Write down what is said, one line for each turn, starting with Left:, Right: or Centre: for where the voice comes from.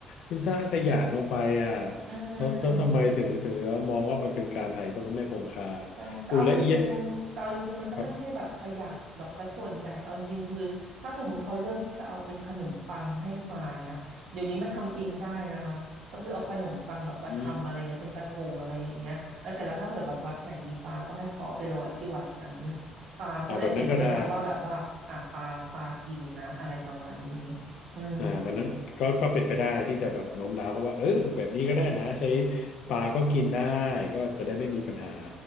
Left: คุณสร้างขยะลงไปอ่ะ
Right: อืม
Left: แล้วแล้วทำไมถึงถึงมองว่ามันเป็นการไถ่ายทอดพระแม่คงคา
Right: ใช่แต่เอาจริงๆแต่เอาจริงๆ
Left: อูและเอียะ
Right: มันก็ไม่ใช่แบบขยะแบบสัดส่วนใหญ่
Left: ครับ
Right: เอาจริงๆคือถ้าสมมุติเขาเลือกที่จะเอาเป็นขนมปังให้ปลาเนี้ยเดี๋ยวนี้มันทำเองได้นะคะ ก็คือเอาขนมปังแบบมาทำอะไรเงี้ยเป็นกระทงอะไรอย่างเงี้ยแล้วเสร็จแล้วถ้าเผื่อแบบวัดไหนมีปลาก็ให้เขาเอาไปลอยที่วัดนั้น
Left: อืม
Right: ปลาเขาจะเห็นด้วยไงว่าแบบว่าอ่ะปลาปลากินนะอะไรประมาณนี้
Left: อ่าแบบนั้นก็ได้
Right: อืม
Left: อ่ามันนั้นก็ก็เป็นไปได้ที่จะแบบโน้มน้าวเขาว่าเออแบบนี้ก็ได้นะใช้ปลาก็กินได้ก็จะได้ไม่มีปัญหา